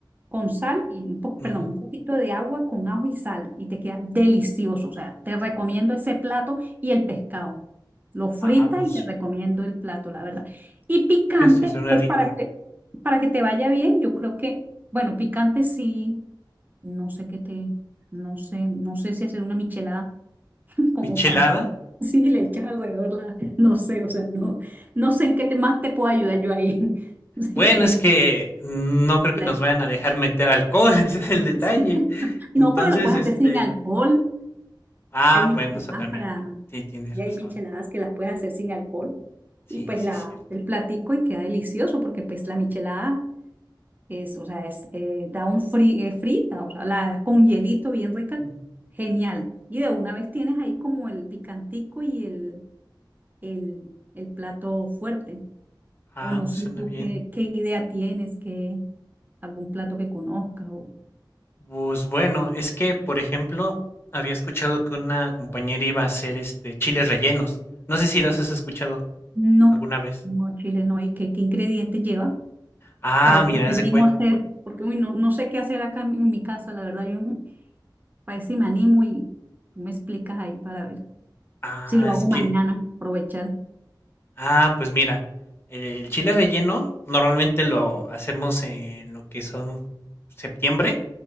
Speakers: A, on the right; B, on the left.
A: con sal y un po-
B: ujú.
A: perdón, un poquito de agua con ajo y sal y te queda delicioso. O sea, te recomiendo ese plato y el pescado. Lo frita
B: Ah, pues,
A: y te recomiendo el plato, la verdad. Y picante,
B: fíjese, suena
A: pues
B: rico.
A: para que, para que te vaya bien, yo creo que, bueno, picante sí, no sé qué te, no sé, no sé si hacer una michelada <laughs> como
B: ¿Michelada?
A: para, si le echas alrededor la, no sé, o sea, no, no sé en qué te, más te puedo ayudar yo ahí. <laughs> No sé
B: Bueno,
A: qué tiene.
B: es que no creo que
A: la-
B: nos vayan a dejar meter alcohol, <laughs> ese es
A: <laughs>
B: el detalle.
A: sí.
B: Entonces,
A: No, pero lo puedes
B: este,
A: hacer sin alcohol.
B: ah,
A: Hay micheladas
B: bueno, o sea, también,
A: para,
B: sí, tienes
A: y
B: razón.
A: hay micheladas que las puedes hacer sin alcohol.
B: Sí,
A: Y pues
B: sí,
A: la,
B: cierto.
A: el platico y queda delicioso porque pues la michelada es, o sea, es, eh, da un fri, eh, frita, o sea, la, con hielito bien rica,
B: Ujú.
A: genial. Y de una vez tienes ahí como el picantico y el, el, el plato fuerte.
B: Ah,
A: O no
B: pues
A: sé
B: suena
A: tú
B: bien.
A: qué, qué idea tienes, que algún plato que conozcas o
B: Pues bueno, es que, por ejemplo, había escuchado que una compañera iba a hacer este chiles rellenos. No sé si los has escuchado
A: no,
B: alguna vez.
A: no, Chile no, y qué, qué ingredientes lleva.
B: Ah,
A: Para eso
B: mira,
A: me
B: es
A: animo
B: de cue-
A: a hacer, porque uy, no, no sé qué hacer acá en, en mi casa, la verdad. Yo no- para eso sí me animo y tú me explicas ahí para ver
B: Ah,
A: si lo
B: es
A: hago
B: que
A: mañana, aprovechar.
B: Ah, pues mira, eh, el chile relleno normalmente lo hacemos en lo que son septiembre,